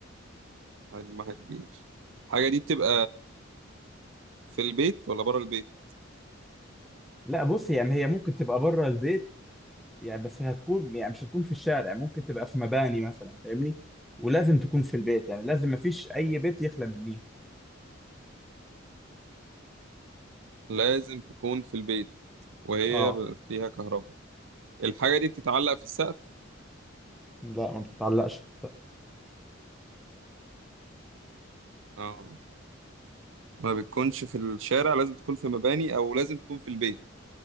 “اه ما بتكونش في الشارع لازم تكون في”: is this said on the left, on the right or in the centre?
Right